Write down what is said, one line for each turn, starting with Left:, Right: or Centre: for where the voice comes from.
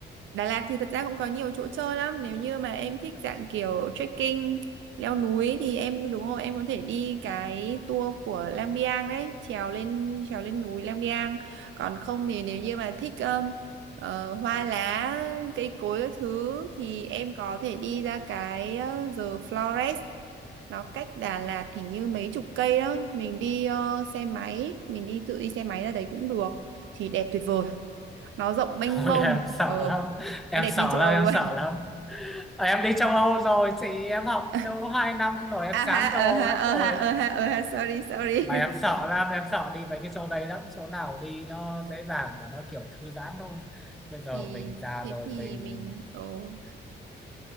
Right: Đà Lạt thì thật ra cũng có nhiều chỗ chơi lắm nếu như mà em thích dạng kiểu trekking leo núi thì em đúng rồi em có thể đi cái tour của Lang Biang đấy trèo lên trèo lên núi Lang Biang còn không thì nếu như mà thích um, ờ, hoa lá cây cối các thứ thì em có thể đi ra cái ờ, The Flores nó cách Đà Lạt thì như mấy chục cây đó mình đi ờ, xe máy mình đi tự đi xe máy ra đấy cũng được thì đẹp tuyệt vời nó rộng
Centre: <laughs>
Right: mênh
Centre: Thôi
Right: mông
Centre: em sợ
Right: ờ
Centre: lắm, em
Right: nó đẹp
Centre: sợ
Right: như châu
Centre: lắm,
Right: Âu
Centre: em
Right: luôn
Centre: sợ lắm. Ờ, Em đi châu Âu rồi chị, em học
Right: <laughs>
Centre: châu Âu 2 năm rồi em
Right: à ha
Centre: chán
Right: ờ
Centre: châu Âu
Right: ha
Centre: lắm
Right: ờ
Centre: rồi.
Right: ha ờ ha ờ ha sorry sorry
Centre: Mà em sợ lắm, em sợ đi mấy cái chỗ đấy lắm, chỗ nào đi nó dễ dàng và nó kiểu thư giãn thôi.
Right: <laughs>
Centre: Bây giờ
Right: thì
Centre: mình già
Right: thế
Centre: rồi
Right: thì
Centre: mình
Right: mình ồ